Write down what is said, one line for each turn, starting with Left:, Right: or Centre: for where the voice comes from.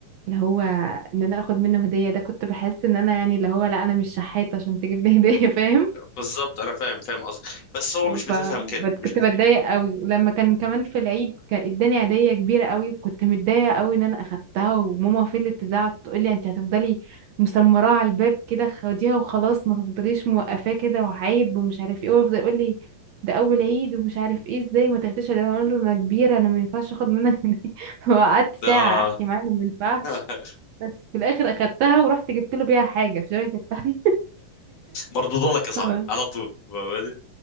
Right: اللي هو ان انا اخد منه هديه ده كنت بحس ان انا يعني اللي هو لا انا مش شحاته عشان تجيب لي هديه <laughs> فاهم
Left: بالظبط انا فاهم فاهم قصدك بس هو مش
Right: ف
Left: بتفهم
Right: بت-
Left: كده
Right: كنت
Left: مش بتفهم.
Right: بتضايق قوي ولما كان كمان في العيد كان اداني هديه كبيره قوي وكنت متضايقه قوي ان انا اخدتها وماما فضلت تزعق تقول لي انت هتفضلي مسمراه على الباب كده خديها وخلاص ما تفضليش موقفاه كده وعيب ومش عارف ايه ويفضل يقول لي ده اول عيد ومش عارف ايه ازاي ما تاخديش هديه اقول له انا كبيره انا ما ينفعش اخد منك هدية. <laughs> وقعدت ساعه
Left: ده
Right: احكي معاه إنه ما ينفعش
Left: <laughs>
Right: بس في الاخر اخدتها ورحت جبت له بيها حاجه في شبكه الفن
Left: مردود لك يا صاحبي
Right: <laughs> آه.
Left: على طول فاهماني